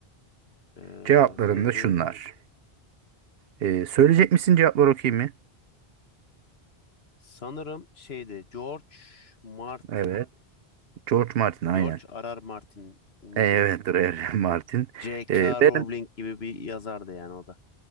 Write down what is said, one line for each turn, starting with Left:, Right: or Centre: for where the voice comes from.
Left: Ee,
Right: Cevaplarım
Left: neydi?
Right: da şunlar. Ee, söyleyecek misin cevapları okuyayım mı?
Left: Sanırım şeydi. George Martin.
Right: Evet. George Martin aynen.
Left: George R. R. Martin miydi?
Right: Evet <laughs> R.R. Martin.
Left: J.K.
Right: Ee, benim
Left: Rowling gibi bir yazardı yani o da.